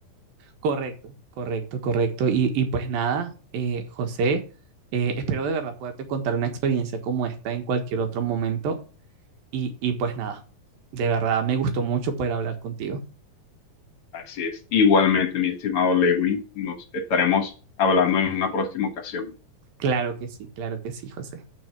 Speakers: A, on the right; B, on the left.
A: Correcto, correcto, correcto. Y, y pues nada, eh, José, eh, espero de verdad poderte contar una experiencia como esta en cualquier otro momento. Y, y pues nada, de verdad me gustó mucho poder hablar contigo.
B: Así es. Igualmente, mi estimado Lewin, nos estaremos hablando en una próxima ocasión.
A: Claro que sí, claro que sí, José.